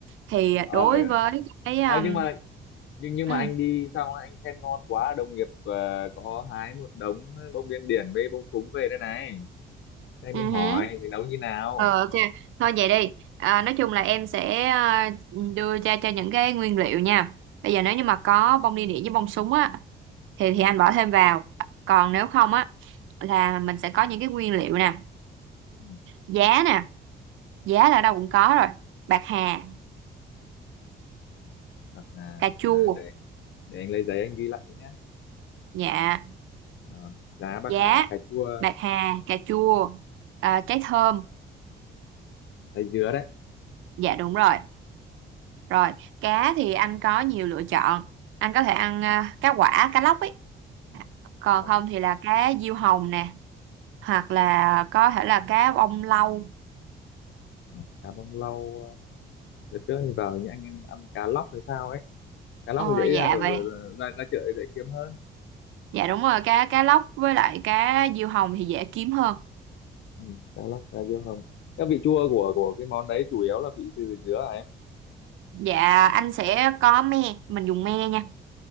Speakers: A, on the right (about 80°); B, on the left (about 70°).
A: Thì
B: Ờ,
A: đối với cái um,
B: ờ, nhưng mà nhưng nhưng
A: ừ,
B: mà anh đi xong anh khen ngon quá đồng nghiệp ờ, có hái một đống ờ, bông điên điển với bông súng về đây này Thế anh
A: ừ
B: mới hỏi
A: hứ.
B: thì nấu như nào
A: Ờ, ok, thôi vậy đi. À, nói chung là em sẽ à, đưa cho cho những cái nguyên liệu nha. Bây giờ nếu như mà có bông đi đĩa với bông súng á thì thì anh bỏ thêm vào. Còn nếu không á là mình sẽ có những cái nguyên liệu nè,
B: ừ.
A: giá nè, giá là ở đâu cũng
B: à,
A: có rồi. Bạc hà,
B: bạc hà
A: cà chua,
B: giá để để anh lấy giấy anh ghi lại nhé
A: dạ,
B: Ờ, giá bạc
A: giá
B: hà cà chua
A: bạc hà cà chua à, trái thơm
B: thái dứa đấy
A: dạ đúng rồi rồi cá thì anh có nhiều lựa chọn anh có thể ăn à, cá quả cá lóc ấy Dạ. còn
B: ờ,
A: không thì là cá diêu hồng nè hoặc là có thể là cá bông lau
B: ờ, cá bông lau ờ, đợt trước anh vào những anh ăn, ăn cá lóc hay sao ấy cá lóc
A: ờ,
B: thì dễ
A: dạ
B: ra ở
A: vậy
B: ra, ra chợ thì dễ kiếm hơn
A: dạ đúng rồi cá cá lóc với lại cá diêu hồng thì dễ kiếm hơn
B: ừ, cá lóc cá diêu hồng cái vị chua của của cái món đấy chủ yếu là vị từ dứa hả
A: dạ anh sẽ có me mình dùng me nha